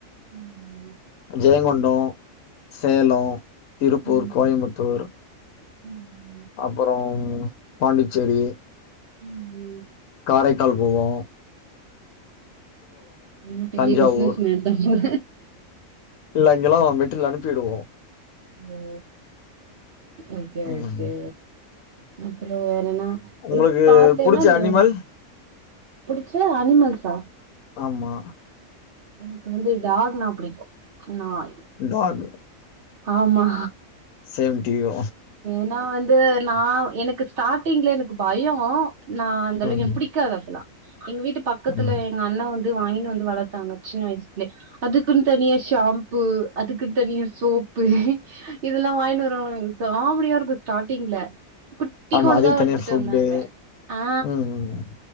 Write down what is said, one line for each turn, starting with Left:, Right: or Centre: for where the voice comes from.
Right: அம்பு
Left: ஜெயங்கொண்டோ சேலோ
Right: ம்
Left: திருப்பூர்
Right: ம்.
Left: கோயம்புத்தூர்
Right: ம்.
Left: அப்ரோம் பாண்டிச்சேரி
Right: உம்
Left: காரைக்கால் போவோ
Right: ஆ பெரிய
Left: தஞ்சாவூர்
Right: பிசினஸ்மேன் தா போல
Left: இல்ல அங்கெல்லா மெட்டிரியல் அனுப்பிடுவோ
Right: ஓ ஓகே
Left: ம்
Right: ஓகே அப்புற வேறன்னா
Left: உங்களுக்கு
Right: இப் பாத்தென்ன
Left: புடிச்ச
Right: அந்த
Left: அனிமல்
Right: வேற புடிச்ச அனிமல்சா
Left: ஆமா
Right: எனக்கு வந்து டாக்னா புடிக்கு நாய்
Left: டாக்
Right: ஆமா
Left: சேம் டூ யூ
Right: ஏனா வந்து நா எனக்கு ஸ்டார்டிங்ல எனக்கு பயோ நா அந்த அளவுக்கு
Left: ம்
Right: எனக்கு பிடிக்காது அப்பெல்லா எங் வீட்டு பக்கத்தில
Left: ம்
Right: எங்க அண்ணா வந்து வாங்கின்னு வந்து வளர்த்தாங்க சின்ன வயசுலே அதுக்குன்னு தனியா ஷாம்பு அதுக்குன்னு தனியா சோப்பு இதெல்லா வாங்கிட்டு வருங்க காமெடியா இருக்கு ஸ்டாடில குட் டி
Left: ஆமா
Right: கொண்டு
Left: அதுக்கு
Right: தா வட்டுட்டு
Left: தனியா ஃபுட்டு
Right: வந்தாங்க ஆ
Left: ம் ம்